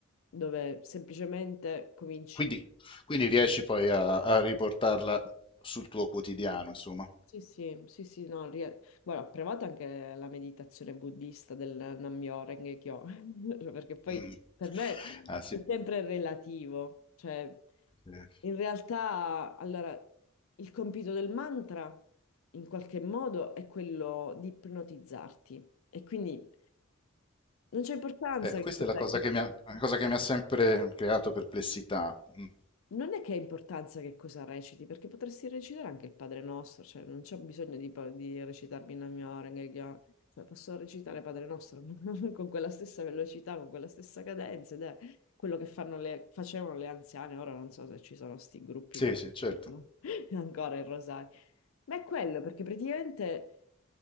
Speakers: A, on the left; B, on the left.
A: dove semplicemente cominci.
B: quindi quindi riesci poi a a riportarla sul tuo quotidiano, insomma.
A: Sì, sì, sì, sì, no, ri- guarda, ho provato anche la meditazione buddista del Nammyoho Kyo, <laughs> Cioè, perché poi
B: Mh.
A: per me
B: Ah sì,
A: è sempre relativo, cioè
B: eh.
A: in realtà, allora, il compito del mantra in qualche modo è quello di ipnotizzarti e quindi non c'è importanza
B: Eh, questa
A: che cos'è,
B: è la cosa che mi ha la cosa che mi ha sempre creato perplessità. Mh.
A: Non è che ha importanza che cosa reciti, perché potresti recitare anche il Padre Nostro, cioè non c'è bisogno di, pa- di recitarmi in mia Orenge, cioè posso recitare Padre Nostro <laughs> con quella stessa velocità, con quella stessa cadenza, ed è quello che fanno le- facevano le anziane, ora non so se ci sono sti gruppi
B: Sì,
A: che
B: sì, certo.
A: <laughs> recitano ancora il rosario, ma è quello, perché praticamente